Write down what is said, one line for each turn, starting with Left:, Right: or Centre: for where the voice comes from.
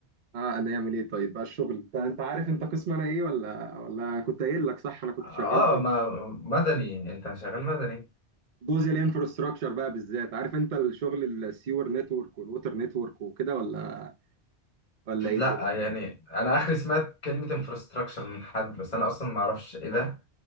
Right: اه انا اعمل ايه طيب بقى الشغل انت انت عارف انت قسم انا ايه ولا ولا أنا كنت قايل لك صح
Left: <laughs>
Right: انا كنت
Left: اه
Right: شغال في
Left: ما مدني انت شغال مدني
Right: جزء الانفراستراكشر بقى بالذات عارف انت الشغل السيور نتورك والووتر نتورك وكده ولا ولا ايه
Left: لا
Right: الدنيا
Left: يعني انا اخري سمعت كلمة انفراستراكشر من حد بس انا اصلا ما اعرفش ايه ده